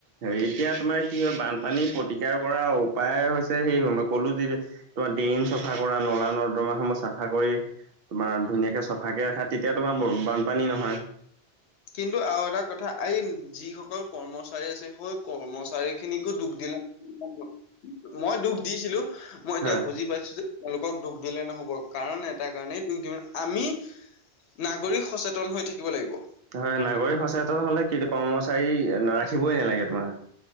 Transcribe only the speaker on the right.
হেৰি এতিয়া তোমাৰ কি হয় বানপানীৰ প্ৰতি ইয়াৰ পৰা উপায় হৈছে সেই সময় ক'লো যে তোমাৰ ড্ৰেইন চফা কৰা নলা নৰদমা সমূহ চাফা কৰি- তোমাৰ ধুনীয়াকে চফাকে ৰাখা তেতিয়া তোমাৰ বানপানী নহয়।
হয়।
হয়, নাগৰিক সচেতন হলে কিন্তু কৰ্মচাৰী ৰাখিবই নালাগে তোমাৰ।